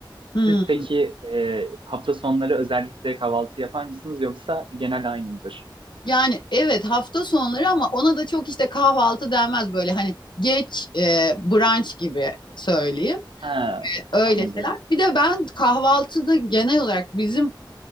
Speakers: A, on the left; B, on the right.
A: Hmm.
B: Siz peki e, hafta sonları özellikle kahvaltı yapar mısınız yoksa genel aynı mıdır?
A: Yani evet hafta sonları ama ona da çok işte kahvaltı denmez böyle hani geç e, brunch gibi söyleyeyim.
B: Ha,
A: Öyle
B: anladım.
A: şeyler. Bir de ben kahvaltıda genel olarak bizim